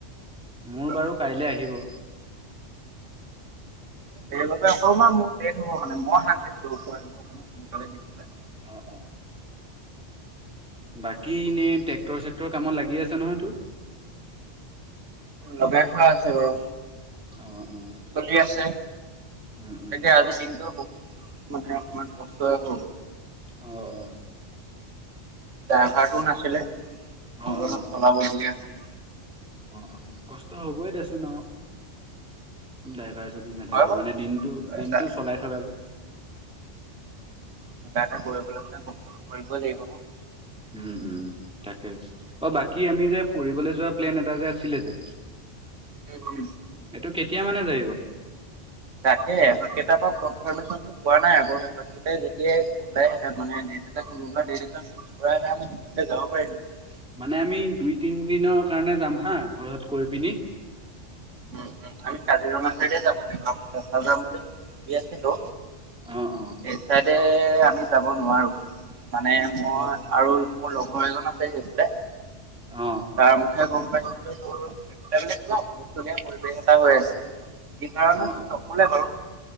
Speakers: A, in the centre; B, on the right.
A: মোৰ
B: অ'।
A: বাৰু কাইলৈ আহিব।
B: সেইবাবে অকমান মোৰ লেট হব মানে মই হাক দিছো পোৱালিটো সোনকালে নিদিবলে।
A: অ - অ। বাকী এনেই ট্ৰেক্টৰ চেক্টৰ কামত লাগি আছে নহয় তোৰ?
B: লগাই থোৱা আছে বাৰু।
A: অ - অ।
B: চলি আছে।
A: উম, উম,
B: তাকে আজি দিনটো বহুত মানে অকমান কষ্টই হৈ গ'ল।
A: অ-অ।
B: ড্ৰাইভাৰটোও নাছিলে মইয়ো
A: অ', অ',
B: অলপ চলাবলগীয়া হল।
A: অ - অ, কষ্ট হবই দেচোন আও। ড্ৰাইভাৰ যদি নাথাকে
B: হয় বাৰু
A: মানে দিনটো
B: কিবা
A: - দিনটো
B: এটা
A: চলাই থকা যে।
B: কিবা এটা কৰিবলৈ হলে কষ্টটো কৰিবই লাগিব ন?
A: উম, উম। তাক কে। অ' বাকী আমি যে ফুৰি বলৈ যোৱা প্লেন এটা যে আছিলে যে
B: উম
A: এইটো কেতিয়া মানে <inaudible>
B: তাকে, এহঁতকেইটাৰ পৰা কনফাৰ্মেশ্যনটো পোৱা নাই আকৌ। এহঁতকেইটাই যেতিয়াই কলেহেঁতেন মানে, ডেট এটা কোনোবা ডেট এটা ফিস্ক কৰা <unintelligible> আমি <unintelligible> যাব পাৰিলো হয়।
A: মানে আমি দুই তিন দিনৰ কাৰণে যাম হাঁ, ঘৰত কৈ পিনি।
B: উম উম আমি কাজিৰঙা চাইডে যাব লাগিব আকৌ, চেচা যাম বুলি যদিও ভাৱি আছিলো।
A: অ অ
B: সেই চাইদে আমি যাব নোৱাৰো। মানে মই
A: অ
B: আৰু মোৰ লগৰ এজন আছে সেইফালে।
A: অ
B: তাৰ মুখে গম <unintelligible> ধুনীয়া পৰিৱেশ এটা হৈ আছে। স কাৰণে
A: অ
B: কি নকলে বাৰু।